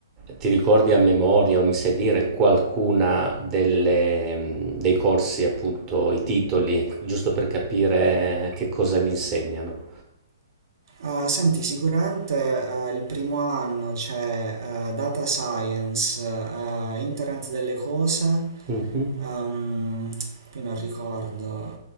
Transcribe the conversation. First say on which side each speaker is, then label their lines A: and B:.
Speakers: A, on the right; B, on the right.
A: ti ricordi a memoria o mi sai dire qualcuna delle- dei corsi, appunto, i titoli, giusto per capire che cosa vi insegnano?
B: Ah, senti, sicuramente eh, il primo anno c'è eh, Data Science, eh, Internet delle cose,
A: Mhm.
B: ehm, poi non ricordo,